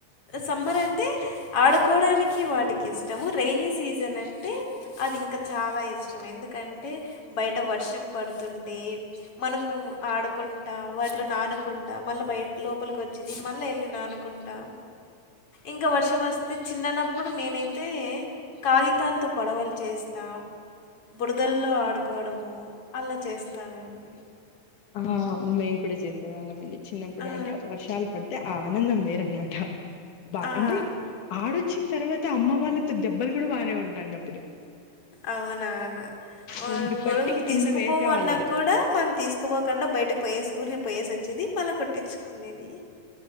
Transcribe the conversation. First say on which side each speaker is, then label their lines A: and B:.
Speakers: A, on the left; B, on the left.
A: సమ్మర్ అంటే ఆడుకోవడానికి వాటికి ఇష్టము రైైనీ సీజన్ అంటే అది ఇంకా చాలా ఇష్టం ఎందుకంటే బయట వర్షం పడుతుంటే మనము ఆడుకుంటా వాటిలో నానుకుంటా మళ్ళీ బయట లోపలికి వచ్చేది మళ్ళీ వెళ్ళి నానుకుంటా ఇంకా వర్షం వస్తే చిన్ననప్పుడు నేనైతే కాగితాలతో పడవలు చేస్తాం బురదల్లో ఆడుకోవడము అలా చేస్తానండి
B: ఆ మేము కూడా చేసేవాళ్ళం అండి చిన్నప్పుడు
A: ఆ!
B: అంటే వర్షాలు పడితే ఆ ఆనందం వేరనమాట బా
A: ఆ!
B: అంటే ఆడొచ్చిన తర్వాత అమ్మ వాళ్ళతో దెబ్బలు కూడా బాగనే ఉంటాండ అప్పుడు
A: అవునవును ఆ!
B: రెండు పట్టి
A: గొడుగులు
B: కింద
A: తీసుకుపోమన్నా
B: వేసేవాళ్ళురు
A: కూడా మనం తీసుకోపోకుండా బయటకు పోయేసి ఊరినే పోయేసి వచ్చేది మళ్ళా కొట్టించుకునేది